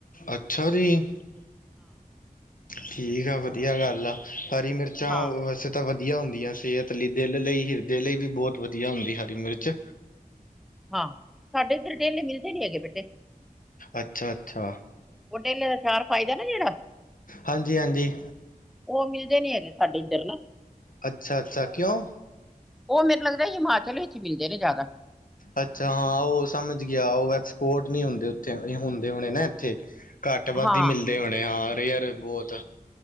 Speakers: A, on the left (about 70°); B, in the centre.
A: ਅੱਛਾ ਜੀ ਠੀਕ ਐ ਵਧੀਆ ਗੱਲ ਐ, ਹਰੀ ਮਿਰਚਾਂ
B: ਹਾਂ
A: ਵੇਸੇ ਤਾ ਵਧੀਆ ਹੁੰਦੀਆਂ, ਸਿਹਤ ਲਈ ਦਿਲ, ਲਈ ਹਿਰਦੇ ਲਈ, ਵੀ ਬਹੁਤ ਵਧੀਆ ਹੁੰਦੀ ਹਰੀ ਮਿਰਚ।
B: ਹਾਂ, ਸਾਡੇ ਇੱਧਰ ਢੇਲੀ ਮਿਲਦੇ ਨੀ ਹੈਗੇ ਬੇਟੇ।
A: ਅੱਛਾ -ਅੱਛਾ।
B: ਔ ਡੇਲੇ ਦਾ ਚਾਰ ਪਇਦਾ ਨਾ ਜੇੜਾ।
A: ਹਾਂਜੀ- ਹਾਂਜੀ।
B: ਔ ਮਿਲਦੇ ਨੀ ਹੈਗੇ, ਸਾਡੇ ਇੱਧਰ ਨਾ।
A: ਅੱਛਾ -ਅੱਛਾ ਕੇਯੋਂ?
B: ਔ ਮੈਨੂੰ ਲੱਗਦਾ ਈ, ਹਿਮਾਚਲ ਵਿੱਚ ਮਿਲਦੇ ਨੇ ਜਾਦਾ।
A: ਅੱਛਾ ਹਾਂ, ਔ ਸਮਝ ਗਿਆ ਔ ਐਕਸਪੋਰਟ ਨਹੀਂ ਹੁੰਦੇ ਔਥੇ ਹੁੰਦੇ ਹੋਨੇ ਨਾ ਇੱਥੇ। ਘੱਟ ਵੱਧ
B: ਹਾਂ
A: ਈ ਮਿਲਦੇ ਹੋਨੇ। ਹਾਂ ਰ ਯਰ <unintelligible> ਬੋਤ।